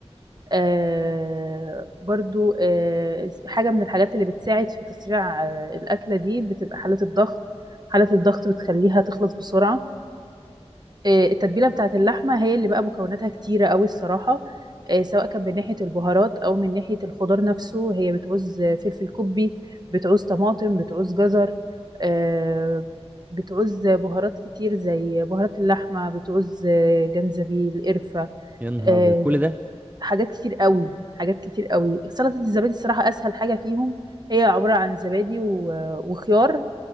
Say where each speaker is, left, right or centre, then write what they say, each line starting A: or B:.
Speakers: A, on the right (about 40°); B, on the right (about 15°).
A: آه، برضو آه، حاجة من الحاجات اللي بتساعد في تسريع آه، الأكلة دي بتبقى حالة الضغط حالة الضغط بتخليها تخلص بسرعة آه، التتبيله بتاعه اللحمه هي اللي بقى مكوناتها كتيره قوي الصراحه آه، سواء كان من ناحيه البهارات او من ناحيه الخضار نفسه هي بتعوز آه، فلفل كوبي بتعوز طماطم بتعوز جزر آه، بتعوز بهارات كتير زي بهارات اللحمه بتعوز آه، جنزبيل قرفه
B: يا نهار
A: آه،
B: ابيض كل ده
A: حاجات كتير قوي حاجات كتير قوي سلطه الزبادي الصراحه اسهل حاجه فيهم هي عباره عن زبادي و- وخيار